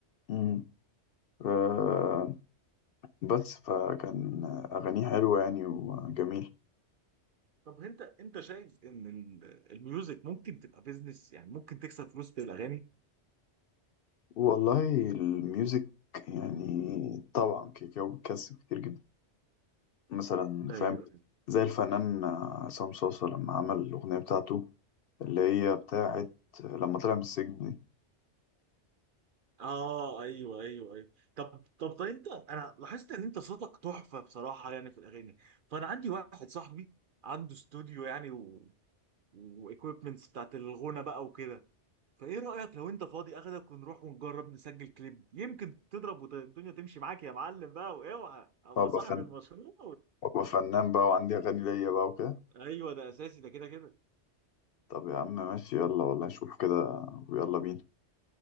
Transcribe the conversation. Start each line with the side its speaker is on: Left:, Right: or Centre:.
Left: مم. آه، بس فكان أغانيه حلوة يعني وجميل
Right: طب انت انت شايف ان ال- الميوزك ممكن تبقى بيزنس يعني ممكن تكسب فلوس بالاغاني
Left: والله الميوزك يعني طبعا كده كده بتكسب كتير جدا مثلا
Right: ايوه
Left: فاهم زي الفنان عصام صاصة لما عمل الأغنية بتاعته اللي هي بتاعت لما طلع من السجن دي
Right: اه ايوه ايوه ايوه طب طب طب انت انا لاحظت ان انت صوتك تحفه بصراحه يعني في الاغاني فانا عندي واحد صاحبي عنده استوديو يعني و... وايكويبمنتس بتاعت الغنى بقى وكده فايه رايك لو انت فاضي اخدك ونروح ونجرب نسجل كليب يمكن تضرب والدنيا تمشي معاك يا معلم بقى واوعى ابقى
Left: وأبقى
Right: صاحب
Left: فن
Right: المشروع
Left: وأبقى فنان بقى وعندي أغاني ليا بقى وكده
Right: ايوه ده اساسي ده كده كده
Left: طب يا عم ماشي يلا والله نشوف كده ويلا بينا